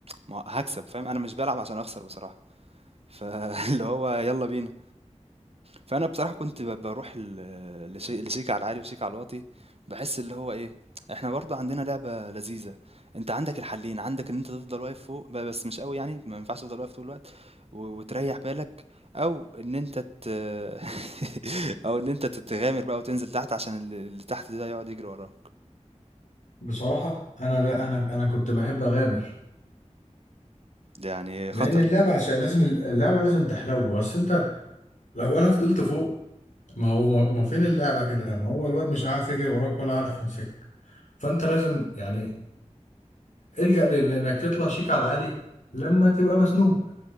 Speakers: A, on the right; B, on the left.
A: ما هو هاكسب فاهم، أنا مش بالعب عشان أخسر بصراحة، فاللي <laughs> هو يالّا بينا. فأنا بصراحة كنت ب باروح ل لشي لشيك على العالي وشيك على الواطي، باحس اللي هو إيه، إحنا برضه عندنا لعبة لذيذة، أنت عندك الحلّين، عندك إن أنت تفضل واقف فوق ب بس مش أوي يعني، ما ينفعش تفضل واقف طول الوقت و وتريّح بالك، أو إن أنت ت <laughs> أو إن أنت ت تغامر بقى وتنزل تحت عشان ال اللي تحت ده يقعد يجري وراك،
B: بصراحه انا ده انا انا كنت بحب اغامر
A: يعني خطر.
B: لان اللعبه عشان لازم اللعبه لازم تحلو بس انت لو انا فضلت فوق ما هو ما ما فين اللعبه كده ما هو الواد مش عارف يجري وراك ولا عارف يمسكك فانت لازم يعني الجأ لل- لانك تطلع شيك على العالي لما تبقى مسنون